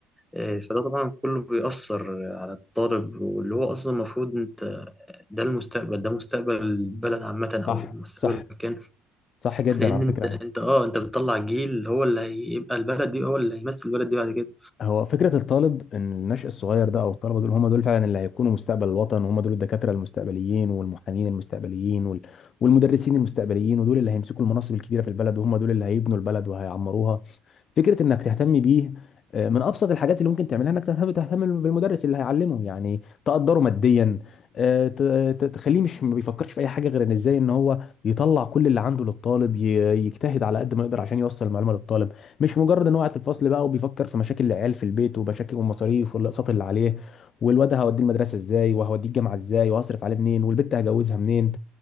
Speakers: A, in the centre; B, on the left.
A: إيه، فده طبعا كله بيأثر على الطالب واللي هو أصلا المفروض أنت ده المستقبل ده مستقبل البلد عامة أو
B: صح
A: مستقبل
B: صح
A: المكان
B: صح جدا
A: لأن
B: على
A: أنت
B: فكره
A: أنت أه أنت بتطلع جيل هو اللي هيبقى البلد دي هو اللي هيمثل البلد دي بعد كده
B: هو فكرة الطالب إن النشء الصغير ده أو الطلبة دول هم دول فعلا اللي هيكونوا مستقبل الوطن وهم دول الدكاترة المستقبليين والمحامين المستقبليين وال... والمدرسين المستقبليين ودول اللي هيمسكوا المناصب الكبيرة في البلد وهم دول اللي هيبنوا البلد وهيعمروها فكره انك تهتم بيه آه، من ابسط الحاجات اللي ممكن تعملها انك تهتم تهتم بالمدرس اللي هيعلمه يعني تقدره ماديا آه، ت- ت- تخليه مش ما بيفكرش في اي حاجه غير ان ازاي ان هو يطلع كل اللي عنده للطالب ي- يجتهد على قد ما يقدر عشان يوصل المعلومه للطالب مش مجرد ان هو قاعد في الفصل بقى وبيفكر في مشاكل العيال في البيت ومشاكل والمصاريف والاقساط اللي عليه والواد هوديه المدرسه ازاي وهوديه الجامعه ازاي وهصرف عليه منين والبت هجوزها منين